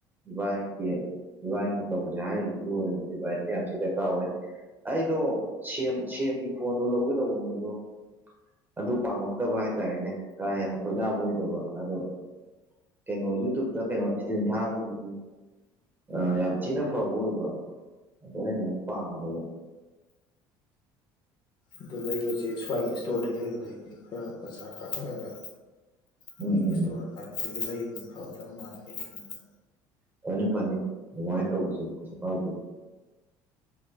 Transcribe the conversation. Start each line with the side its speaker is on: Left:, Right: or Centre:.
Right: ꯏꯕꯥꯅꯤꯛꯀꯤ ꯏꯕꯥꯅꯤꯛꯅ ꯇꯧꯁꯦ ꯍꯥꯏꯔꯤꯗꯨ ꯑꯣꯏꯔꯗꯤ ꯗꯤꯚꯥꯏꯁꯇꯤ ꯌꯥꯝ ꯊꯤ ꯗꯔꯀꯥꯔ ꯑꯣꯏ ꯑꯩꯗꯣ ꯁꯦꯝ ꯁꯦꯝꯒꯤ ꯐꯣꯟꯗꯣ ꯂꯧꯒꯗꯧꯕꯅꯦ ꯑꯗꯣ ꯑꯗꯨ ꯄꯥꯝꯃꯛꯇꯕ ꯍꯥꯏꯇꯥꯔꯦꯅꯦ ꯀꯥ ꯍꯦꯟꯅ ꯈꯣꯏꯗꯥꯕ ꯑꯣꯏꯗꯕ ꯑꯗꯣ ꯀꯩꯅꯣ ꯌꯨꯇꯨꯕꯇ ꯀꯩꯅꯣ ꯏꯁꯇ꯭ꯔꯤꯝ ꯊꯥꯕꯒꯤꯗꯤ ꯑ ꯌꯥꯝ ꯊꯤꯅ ꯐꯕ ꯑꯣꯏꯕ ꯑꯗꯣ ꯑꯩꯅꯃꯨꯛ ꯄꯥꯝꯗꯕ
Left: ꯑꯗꯨ ꯂꯩꯕꯁꯦ ꯁ꯭ꯋꯥꯏꯒꯤ ꯏꯁꯇꯣꯔꯗꯩ ꯂꯩꯕꯗꯩꯗꯤ ꯈꯔ ꯕꯖꯥꯔ ꯀꯥꯈꯠꯂꯒ
Right: ꯎꯝ
Left: ꯃꯣꯏꯒꯤ
Right: ꯎꯝ
Left: ꯏꯁꯇꯣꯔ
Right: ꯎꯝ
Left: ꯗꯥꯏꯔꯦꯛꯇꯒꯤ ꯂꯩꯕꯅ ꯐꯒꯗꯕ ꯃꯥꯜꯂꯦ ꯑꯩ ꯈꯟꯕꯗ
Right: ꯐꯅꯤ ꯐꯅꯤ ꯑꯗꯨꯃꯥꯏ ꯇꯧꯖꯤ ꯍꯧꯖꯤꯛ ꯐꯥꯎꯒꯤ